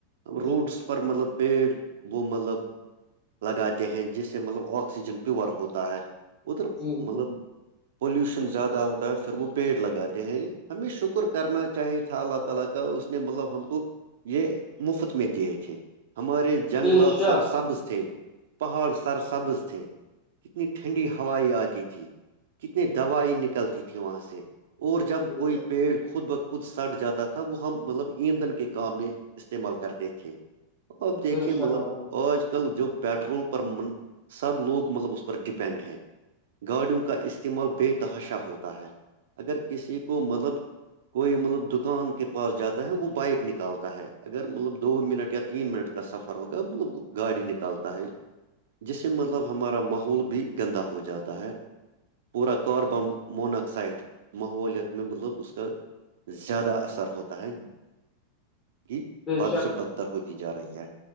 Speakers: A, on the right; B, on the left.
A: روڈس
B: جی
A: مطلب پیڑ وہ مطلب لگاتے ہیں جس سے مطلب آکسیجن پیور ہوتا ہے ادھر
B: جی
A: مطلب
B: جی
A: پولیوشن زیادہ ہوتا ہے سرو پیر لگاتے ہیں ہمیں شکر کرنا چاہے تھا اللہ تعالی کا نے مطلب ہم کو یہ مفت میں دیے تھے ہمارے جنگلات
B: بے شک
A: سر سبز تھے پہاڑ سر سبز تھے سے کتنی ٹھنڈی ہوائ آتی تھی کتنی دوائی نکلتی تھی وہاں سے اور جب
B: بے
A: کوئی
B: شک
A: پیڑ خود بخت خود سٹ جاتا تھا وہ ہم مطلب ایندھن کے کام میں استعمال کرتے تھے آپ دیکھیں
B: بے شک
A: مطلب
B: بھائی جان
A: آج کل جو پیٹرول پر من سب لوگ مطلب اس پر ڈپینڈ ہیں گاڑیوں کا استعمال بے تحاشا ہوتا ہے اگر کسی کو مطلب کوئی مطلب دکان کے پاس جاتا ہے وہ بائک نکالتا ہے اگر مطلب دو منٹ یا تین منٹ کا سفر ہوگا مطلب گاڑی نکالتا ہے جس سے مطلب ہمارا ماحول بھی گندا ہو جاتا ہے پورا کاربن مناکسائڈ ماحولت میں مطلب اس کا زیادہ اثر ہوتا ہے کہ
B: بے
A: بد سے بدتر ہوتی جا رہی ہے